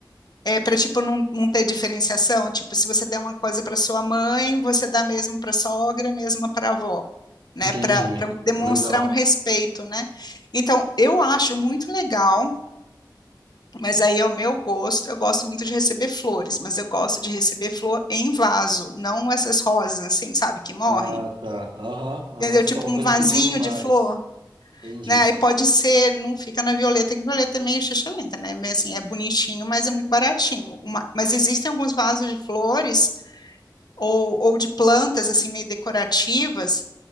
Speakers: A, on the left; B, on the right.
A: É para tipo não, não ter diferenciação, tipo, se você der uma coisa para sua mãe, você dá mesmo para sogra, mesmo para avó, né?
B: Entendi.
A: Para demonstrar
B: Legal.
A: um respeito, né? Então, eu acho muito legal, mas aí é o meu gosto. Eu gosto muito de receber flores, mas eu gosto de receber flor em vaso, não essas rosas assim, sabe, que morrem.
B: Ah, tá. Aham, aham.
A: Entendeu?
B: Você
A: Tipo
B: quer uma
A: um
B: coisa
A: vasinho
B: que dure mais.
A: de flor
B: Entendi.
A: né? Aí pode ser, não fica na Violeta, que Violeta é meio xixa né? Mas, Assim, é bonitinho, mas é muito baratinho. Uma- mas existem alguns vasos de flores ou, ou de plantas, assim, meio decorativas,